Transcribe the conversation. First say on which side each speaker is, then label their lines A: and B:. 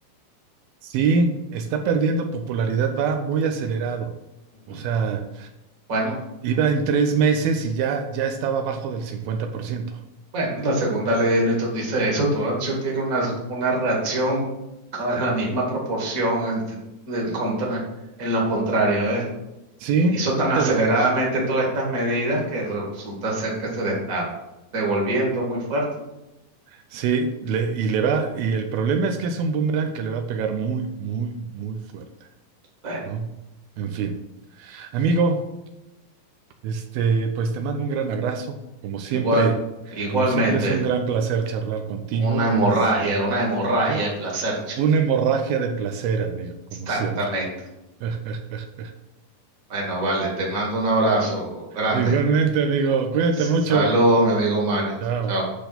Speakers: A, on the right; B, on the right.
A: Sí, está perdiendo popularidad, va muy acelerado.
B: Ujú.
A: O sea,
B: Bueno,
A: iba en tres meses y ya, ya estaba abajo del cincuenta por ciento
B: bueno, la segunda ley de Newton dice eso, toda acción tiene una, una reacción con la misma proporción en, en contra- en lo contrario, ¿eh?
A: Sí,
B: hizo tan aceleradamente
A: pero
B: todas estas medidas que resulta ser que se le está devolviendo muy fuerte.
A: Sí, le- y le va, y el problema es que es un boomerang que le va a pegar muy, muy, muy fuerte,
B: Bueno,
A: ¿no? En fin, amigo, este, pues te mando un gran abrazo. Como siempre,
B: igual, igualmente,
A: como siempre es un gran placer charlar contigo.
B: una hemorragia,
A: Eres
B: una hemorragia
A: u-
B: de placer, chicos.
A: una hemorragia de placer, amigo, como
B: Exactamente.
A: siempre. <laughs>
B: Bueno, vale, te mando un abrazo grande.
A: Igualmente, amigo, cuídate
B: Saludos,
A: mucho.
B: mi amigo Mario.
A: Chao.
B: Chao.